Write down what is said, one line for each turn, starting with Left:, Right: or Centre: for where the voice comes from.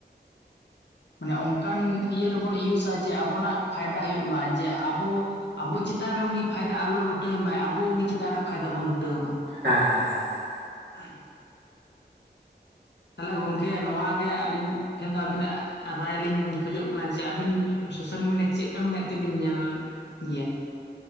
Left: ᱢᱟᱱᱮ ᱚᱱᱠᱟᱱ ᱤᱭᱟᱹ ᱨᱮᱵᱚᱱ ᱤᱭᱩᱡᱟ ᱡᱮ ᱟᱵᱚᱱᱟᱜ ᱯᱷᱟᱭᱫᱟ ᱦᱩᱭᱩᱜ ᱢᱟᱼᱼ ᱡᱮ ᱟᱵᱚ ᱟᱵᱚ ᱪᱮᱛᱟᱱ ᱨᱮ ᱩᱱᱤ ᱯᱷᱟᱭᱫᱟ ᱟᱞᱚ ᱞᱩᱴᱟᱹᱣ ᱢᱟᱭ, ᱟᱵᱚ ᱩᱱᱤ ᱪᱮᱛᱟᱱ ᱨᱮ ᱯᱷᱟᱭᱫᱟ ᱵᱚᱱ ᱞᱩᱴᱟᱹᱣ ᱢᱟ ᱾
Right: ᱦᱮᱸ ᱦᱮᱸ ᱦᱮᱸ
Left: <unintelligible> ᱛᱟᱦᱚᱞᱮ ᱜᱚᱝᱠᱮ ᱱᱚᱣᱟ ᱜᱮ ᱟᱹᱞᱤᱧ ᱴᱷᱮᱱ ᱫᱚ ᱟᱹᱵᱤᱱᱟᱜ ᱨᱟᱭ ᱞᱤᱧ ᱠᱷᱚᱡᱚᱜ ᱠᱟᱱᱟ ᱡᱮ ᱟᱹᱵᱤᱱ ᱥᱳᱥᱟᱞ ᱢᱤᱰᱤᱭᱟ ᱪᱮᱫᱠᱟᱱ ᱢᱮᱫ ᱛᱮᱵᱤᱱ ᱧᱮᱞ ᱜᱮᱭᱟ?